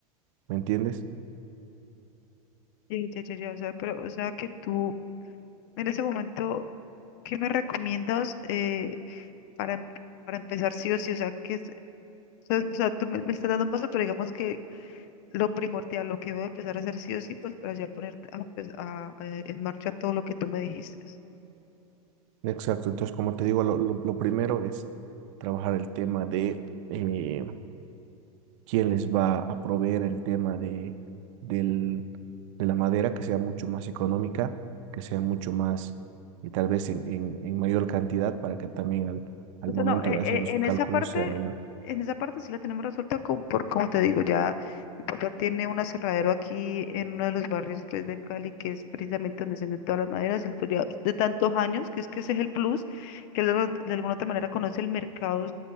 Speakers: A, on the right (about 60°); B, on the left (about 50°).
A: ¿Me entiendes?
B: Sí, ya, ya, ya, o sea, pero, o sea, que tú En ese momento, ¿qué me recomiendas eh, para, em- para empezar sí o sí? O sea, que es, o sea, o sea, tú me, me estás dando un paso, pero digamos que lo primordial, lo que voy a empezar a hacer sí o sí, pues para ya poner a, empe- a- a- en marcha todo lo que tú me dijiste.
A: Exacto. Entonces, como te digo, lo, lo, lo primero es trabajar el tema de eh, quién les va a proveer el tema de, del, de la madera, que sea mucho más económica, que sea mucho más, y tal vez en, en, en mayor cantidad, para que también al, al
B: O sea,
A: momento
B: no, eh,
A: de hacer
B: eh,
A: los
B: en
A: cálculos
B: esa parte,
A: sea menor.
B: en esa parte sí la tenemos resuelta con, por, como te digo, ya mi papá tiene un aserradero aquí en uno de los barrios pues, de Cali, que es precisamente donde se venden todas las maderas, él, pues, ya de tantos años, que es que ese es el plus, que él de, de alguna otra manera conoce el mercado